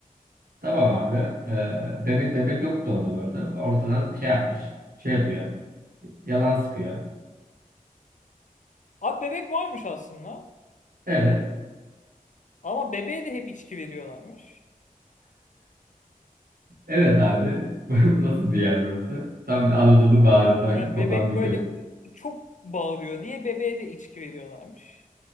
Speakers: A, on the right (about 85°); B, on the left (about 60°).
A: Tamam abi. Ee, bebek bebek yoktu orada bu arada. Ortadan şey yapmış. Şey yapıyor. Yalan sıkıyor.
B: Abi bebek varmış aslında.
A: Evet.
B: Ama bebeğe de hep içki veriyorlarmış.
A: Evet abi. <laughs> Nasıl bir yer burası? Tam bir Anadolu bağrından
B: Yani
A: kopan
B: bebek
A: bir
B: böyle
A: köy.
B: çok bağırıyor diye bebeğe de içki veriyorlarmış.